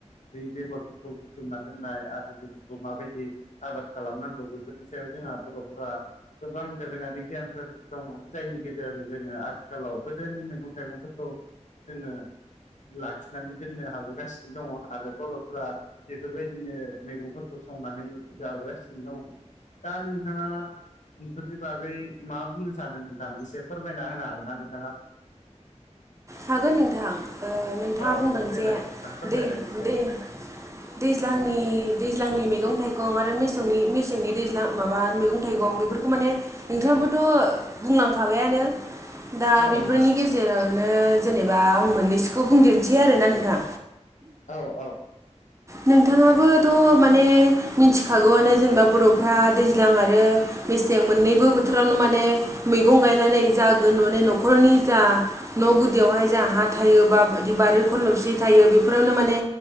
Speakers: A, on the left; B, on the right.
A: बै बेगरफोरखौ बुथुमना दोननाय आरो बेफोरखौ माबायदि आबाद खालामनांगौ बेफोरनि सायाव जोंहा बर'फोरा गोबां दोरोङारि गियानफोर दङमोन जायनि गेजेरजों जोङो आथिखालाव गोदोनि मैगं थाइगंफोरखौ जोङो लाखिनानै दोननो हाबोगासिनो दङ आरो बर'फोरा बेफोरबायदिनो मैगंफोरखौ संनानै जाबोगासिनो दं दा नोंथाङा बेफोरनि बागै मा बुंनो सानो नोंथां एसे फोरमायना होनो हागोन ना नोंथाङा
B: हागोन नोंथां ओ नोंथाङा
A: औ
B: बुंदों
A: औ देलाय
B: जे
A: नोंथां फोरमायलाय
B: दै
A: एसे
B: दै दैज्लांनि दैज्लांनि मैगं थाइगं आरो मेसेंनि मेसेंनि दैज्लां माबा मैगं थाइगं बेफोरखौ माने नोंथाङाबोथ' बुंलांखाबायानो दा
A: औ
B: बेफोरनि
A: नोंथां
B: गेजेरावनो जेनेबा आं मोननैसोखौ बुंदेरनोसै आरोना नोंथां।
A: औ औ
B: नोंथाङाबोथ' माने मिथिखागौआनो जेनेबा बर'फ्रा दैज्लां आरो मेसें मोननैबो बोथोरावनो माने मैगं गायनानै जा गोन माने न'खरनि जा न' गुदियावहाय जों हा थायो बा दि बारि खलबसि थायो बेफोरावनो माने